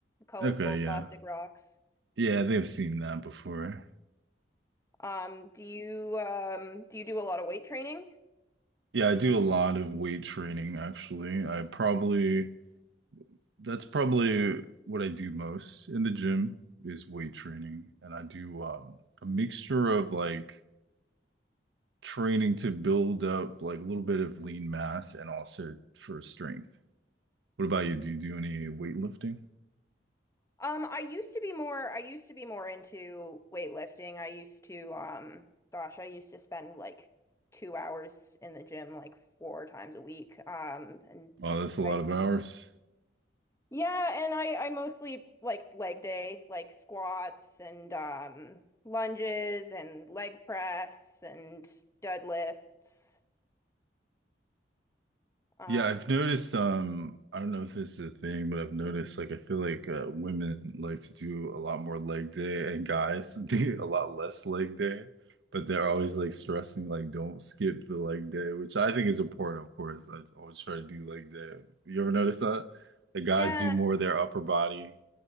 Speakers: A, on the left (about 15°); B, on the right (about 75°).
A: Colorful
B: okay, yeah.
A: plastic rocks.
B: Yeah, I think I've seen that before.
A: Um, do you um, do you do a lot of weight training?
B: Yeah, I do a lot of weight training actually. I probably that's probably what I do most in the gym is weight training and I do um a mixture of like training to build up like a little bit of lean mass and also for strength. What about you? Do you do any weightlifting?
A: Um, I used to be more I used to be more into weightlifting. I used to um gosh, I used to spend like two hours in the gym like four times a week. Um and
B: Oh, that's a lot
A: I
B: of hours.
A: yeah, and I I mostly like leg day, like squats and um lunges and leg press and deadlifts. Uh,
B: Yeah, I've noticed, um, I don't know if this is a thing, but I've noticed like I feel like uh, women like to do a lot more leg day and guys <laughs> do a lot less leg day, but they're always like stressing like don't skip the leg day, which I think is important, of course. I always try to do leg day. You ever notice that? The guys
A: yeah,
B: do more of their upper body.